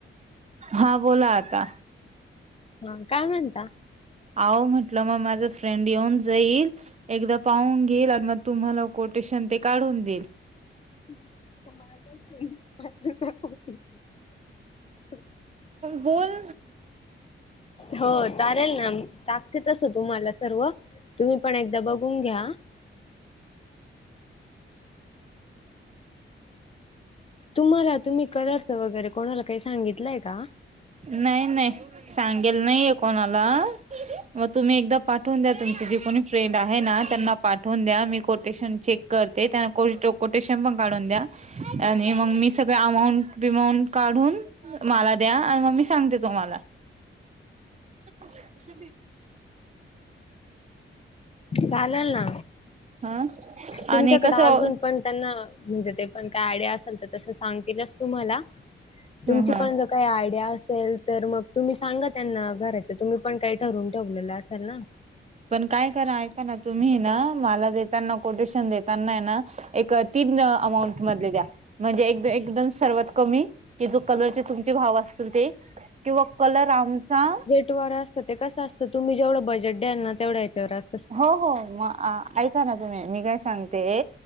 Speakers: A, on the right; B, on the left.
A: हा बोला आता
B: हा काय म्हणता
A: आह म्हंटलं मग माझं फ्रेंड येऊन जाईल एकदा पाहून घेईल आणि मग तुम्हाला कोटेशन ते काढून देईल
B: माझ
A: बोल
B: हो चालेल ना टाकते तस तुम्हाला सर्व तुम्ही पण एकदा बघून घ्या तुम्हाला तुम्ही कलर्स वगैरे कोणाला काही सांगितलंय का
A: नाही नाही सांगेल नाहीय कोणाला मग तुम्ही एकदा पाठवून द्या तुमची जे कोणी फ्रेंड आहे ना त्यांना पाठवून द्या मी ेश चेक करतेो काून द्या आणि मग मी सग अऊंं काढून मला द्या आणि मग मी सांगते तुम्हाला च
B: चालेल ना
A: ह
B: तुमच्याकडे
A: आणि कसं
B: अजून पण त्यांना म्हणजे ते पण काय आयडिया असेल तर तस सांगल तुम्हाला तुम
A: ह ह
B: पण काही आयडिया असेल तर मग तुम्ही सांगा त्यांना घराच तुम्ही पण काही ठरवून ठेवलेलं असाल ना
A: पण काय करा ऐका ना तुम्ही ना मला देताना कोटेशन देत त्यांना ना एक तीन अमाऊंट मधले द्या म्हणजे एक एकदम सर्वात कमी की जो कलरचे तुमचे भाव असतील ते किंवा कलर आमचा
B: व असत ते कसंत तुम् जवढं बजेट द्याल ना तेव्या याच्यावरत
A: हो हो मग ऐका ना तुम्ही मी काय सांगते